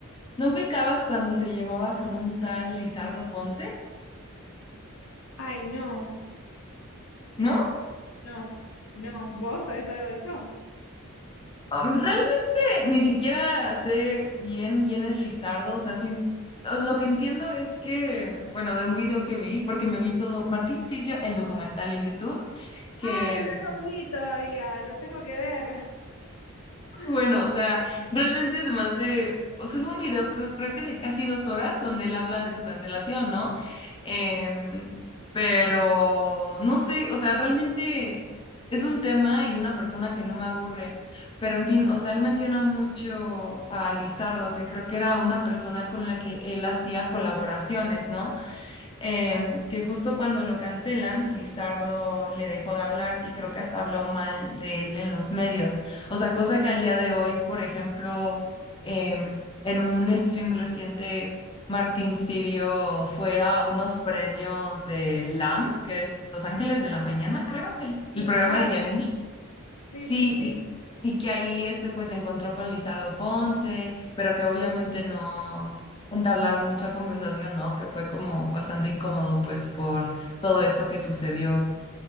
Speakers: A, on the left (about 25°); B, on the left (about 80°).
A: ¿No ubicabas cuando se llevaba con un tal Lizardo Ponce?
B: Ay, no,
A: ¿No?
B: no, no, ¿vos sabés algo de eso?
A: Am, realmente ni siquiera sé bien quién es Lizardo, o sea, sin- o lo que entiendo es que, bueno, de un video que vi, porque me vi todo, Martín Sirio, el documental en YouTube, que
B: Ay, no lo vi todavía, lo tengo que ver. <laughs>
A: bueno, o sea, realmente se me hace, o sea, es un video que creo que de casi dos horas donde él habla de su cancelación, ¿no? Em, pero no sé, o sea, realmente es un tema y una persona que no me aburre, pero en fin, o sea, él menciona mucho a Lizardo, que creo que era una persona con la que él hacía colaboraciones, ¿no? em,
B: Claro.
A: que justo cuando lo cancelan, Lizardo le dejó de hablar y creo que hasta habló mal de él en los medios. O sea, cosa que al día de hoy, por ejemplo, em, en un stream reciente, Martín Sirio fue a unos premios de LAM, que es Los Ángeles de la Mañana,
B: Ah,
A: creo, el,
B: sí,
A: el
B: me
A: programa
B: acuerdo.
A: de Yanina
B: Sí,
A: Sí,
B: sí, sí.
A: y, y que ahí este pues se encontró con Lizardo Ponce, pero que obviamente no entablaron mucha conversación, ¿no? Que fue como bastante incómodo pues por todo esto que sucedió.